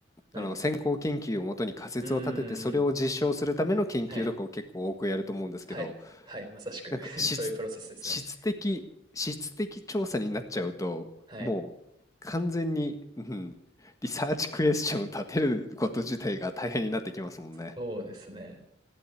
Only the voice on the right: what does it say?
はい。
うーん。
はい。はい。はい。まさしく
<laughs>
そういうプロセスですね。はい。
そうですね。